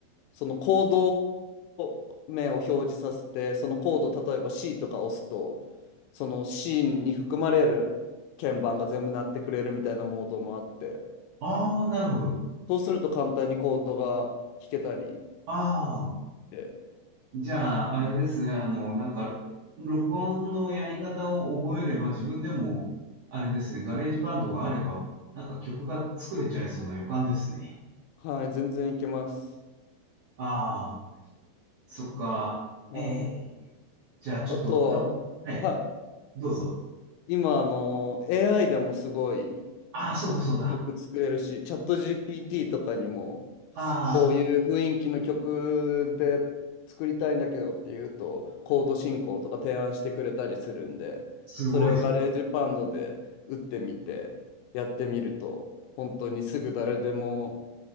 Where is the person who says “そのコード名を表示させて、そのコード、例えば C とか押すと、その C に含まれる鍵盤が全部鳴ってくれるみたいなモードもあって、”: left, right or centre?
Left